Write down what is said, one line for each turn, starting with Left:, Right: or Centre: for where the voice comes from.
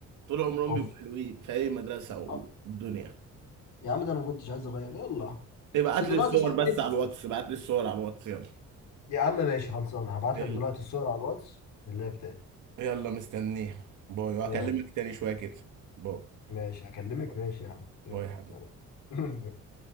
Right: طول عمرهم
Left: اوف
Right: بيبقوا حلوين في اي مدرسه والدنيا
Left: اه يا عم ده انا ما كنتش عايز اغير يلا
Right: ابعت
Left: بس دلوقتي
Right: لي الصور
Left: صاحب
Right: بس
Left: ايه
Right: على الواتس ابعت لي الصور على الواتس يلا
Left: يا عم ماشي خلصان هبعت
Right: يلا
Left: لك دلوقتي الصور على الواتس اللي هي بتاعتي
Right: يلا مستنيها باي وهكلمك
Left: يلا
Right: تاني شويه كده باي
Left: ماشي هكلمك
Right: باي
Left: ماشي يا عم يلا
Right: باي يا حبيبي
Left: سلام <laughs>